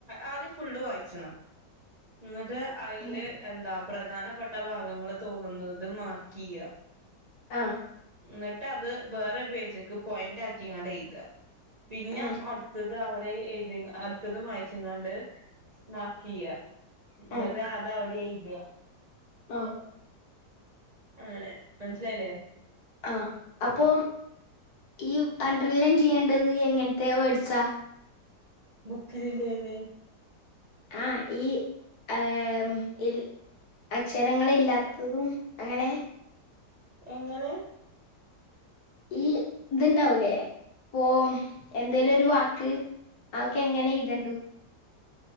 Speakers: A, on the right; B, on the left.
A: ആദ്യം ഫുള്ള് വായിച്ചണം. ന്നിട്ട് അയില്
B: ഉം
A: എന്താ പ്രധാനപ്പെട്ട ഭാഗങ്ങൾ തോന്നുന്നത് മാർക്ക്യ
B: ആഹ്
A: ന്നിട്ട് അത് വേറരു പേജ്ക്ക് പോയിന്റ് ആക്കിങ്ങാണ്ട് എഴുത പിന്നെ
B: ആഹ്
A: അടുത്തത് അത് അവിടെ എഴുതി അടുത്തതും വായിച്ങ്ങാണ്ട് മാർക്ക് ചെയ്യ ന്നട്ട്
B: ആഹ്
A: അതാവടെ എഴുത
B: ആഹ്
A: അങ്ങനെ മനസ്സിലായില്ലേ
B: ആ അപ്പൊ ഈ അണ്ടർലൈ ചെയ്യേണ്ടത് എങ്ങനത്തെ വേർഡ്സാ
A: ബൂക്കിലില്ലേന്നെ
B: ആഹ് ഈ ആഹ് ഇൽ അക്ഷരങ്ങളില്ലാത്തതും അങ്ങനെ
A: എങ്ങനെ
B: ഈ ഇത്ണ്ടാവൂലേ പ്പൊ എന്തേലും ഒരു വാക്ക് അവക്കെ എങ്ങനെ എയ്തണ്ടോ